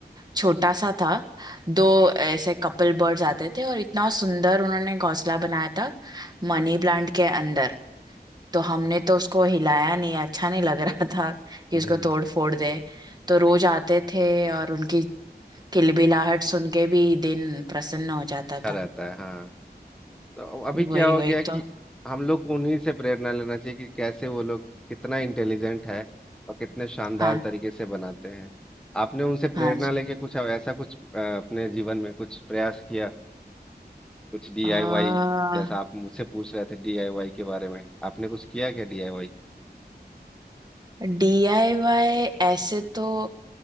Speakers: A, on the right; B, in the centre.
A: छोटा सा था दो ऐसे कपल बर्ड्स आते थे और इतना सुंदर उन्होंने घोंसला बनाया था मनी प्लांट के अंदर तो हमने तो उसको हिलाया नहीं अच्छा नहीं लग <laughs> रहा था कि
B: हम्म
A: उसको तोड़ फोड़ दे तो रोज आते थे और उनकी किलबिलाहट सुन के भी दिन प्रसन्न हो जाता
B: अच्छा रहता
A: था
B: है हाँ तो अभी क्या
A: वही
B: हो
A: वही
B: गया कि
A: तो
B: हम लोग को उन्हीं से प्रेरणा लेना चाहिए कि कैसे वो लोग कितना इंटेलिजेंट है और कितने शानदार
A: हाँ
B: तरीके से बनाते हैं आपने उनसे
A: हाँ
B: प्रेरणा
A: जी
B: लेके कुछ ऐसा कुछ अ, अपने जीवन में कुछ प्रयास किया कुछ डीआईवाई
A: आ,
B: जैसा आप मुझसे पूछ रहे थे डीआईवाई के बारे में आपने कुछ किया क्या डीआईवाई
A: डीआईवाई ऐसे तो